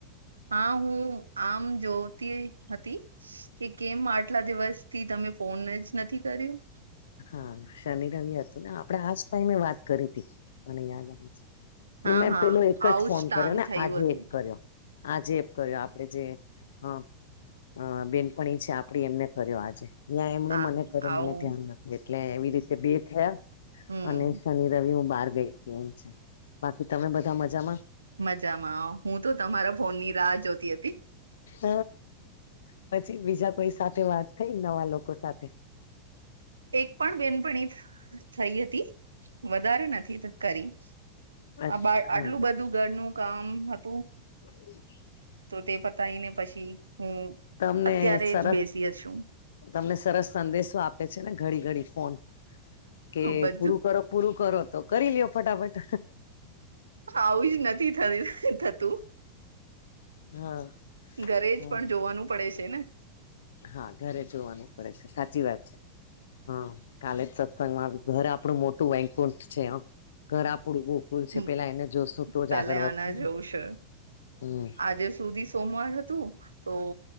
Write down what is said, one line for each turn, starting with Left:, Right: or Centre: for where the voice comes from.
Right: હા હું આમ જોતી હતી કે કેમ આટલા દિવસથી તમે ફોન જ નથી કર્યું.
Left: હા શનિ રવિ હતું ને આપડે આજ ટાઈમે વાત કરી હતી મને યાદ આવે છે. એ
Right: હા
Left: મેં
Right: હા
Left: પેલો એક
Right: આવું
Left: જ ફોન
Right: કામ
Left: કર્યો ને
Right: થયું
Left: આજે
Right: હતું
Left: એક કર્યો. આજે કર્યો આપડે જે હ. અ બેનપણી છે આપડી એમને કર્યો આજે <unintelligible> એમણે
Right: આ
Left: મને કરે
Right: આવું
Left: મને ધ્યાન નથીખ એટલે એવી રીતે બે થયા.
Right: હમ
Left: અને શનિ રવિ હું બહાર ગઈ તી એમ છે. બાકી તમે બધા મજામાં?
Right: મજામાં હું તો તમારા ફોન ની રાહ જોતી હતી.
Left: હ પછી બીજા કોઈ સાથે વાત થઈને નવા લોકો સાથે
Right: એક પણ બેનપણી થઈ હતી વધારે નથી કરી.
Left: હા
Right: આ બા આટલું બધું ઘરનું કામ હતું.
Left: <inaudible>
Right: તો તે પતાવી ને પછી હું
Left: તમને
Right: અત્યારે
Left: સરસ
Right: જ બેસી હ છું.
Left: તમને સરસ સંદેશો આપે છે ને ઘડી ઘડી ફોન કે
Right: બધું
Left: પૂરું કરો પૂરું કરો તો કરી લયો ફટાફટ
Right: આવું જ નથી થ થતું.
Left: હા
Right: ઘરે
Left: હા
Right: જ પણ જોવાનું પડે છે ને
Left: હા ઘરે જોવાનું પડે છે સાચી વાત છે હા. કાલે જ સત્સંગમાં ઘર આપડુ મોટું વૈકુંઠ છે આમ ઘર આપડુ બો સ્કૂલ છે
Right: હમ
Left: પેલા એને જોશું તો જ
Right: પેલે
Left: આગળ વધશે
Right: આના
Left: ને
Right: જવું છે
Left: હમ
Right: આજે સુધી સોમવાર હતું તો